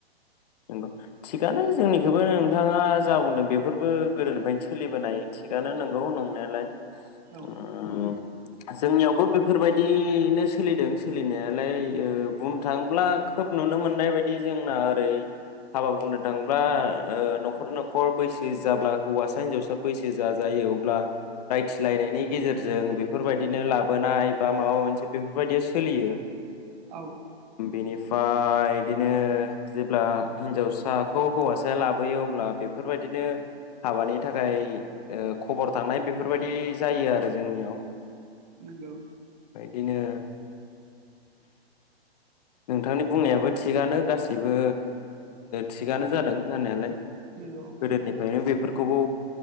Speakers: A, on the left; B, on the right.
A: नोंगौ थिखानो जोंनिखौबो नोंथाङा जा बुंदों बेफोरबो गोदोनिफ्रायनो सोलिबोनाय थिगानो नोंगौ नंनायालाय
B: नोंसोरनियाव
A: ओ जोंनियावबो बेफोरबायदिनो सोलिदों सोलिनायालाय बुंनो थांङोब्ला खोब नुनो मोननाय बायदि जोंना ओरै हाबा बुंनो थांब्ला ओ न'खर न'खर बैसो जाब्ला हौवासा हिनजावसा बैसो जाजायो अब्ला रायथिलायनायनि गेजेरजों बेफोरबायदिनो लाबोनाय बा माबा मोनसे बेफोरबायदिया सोलियो
B: औ
A: बिनि फाय बिदिनो जेब्ला हिनजावसाखौ हौवासाया लाबोयो अब्ला बेफोरबायदिनो हाबानि थाखाय ओ खबर थांनाय बेफोरबायदि जायो आरो जोंनियाव
B: नोंगौ
A: बिदिनो नोंथांनि बुंनायाबो थिगानो गासैबो थिगानो जादों जानायालाय
B: नंगौ
A: गोदोनिफ्रायनो बेफोरखौबो